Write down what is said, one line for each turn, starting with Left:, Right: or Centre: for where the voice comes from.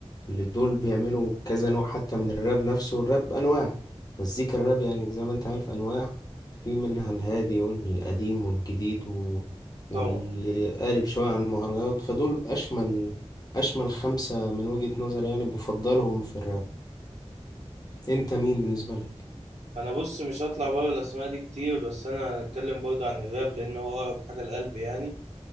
Left: اللي دول بيعملوا كذا نوع حتى من الراب نفسه الراب أنواع مزيكا الراب يعني زي ما أنت عارف أنواع في منها الهادي والقديم والجديد و... واللي
Right: طبعا
Left: قالب شوية على المهرجانات فدول أشمل أشمل خمسة من وجهة نظري يعني بفضلهم في الراب أنت مين بالنسبة لك؟
Right: انا بص مش هطلع بره الاسماء دي كتير بس انا هنتكلم برضه عن الراب لان هو اقرب حاجة لقلبي يعني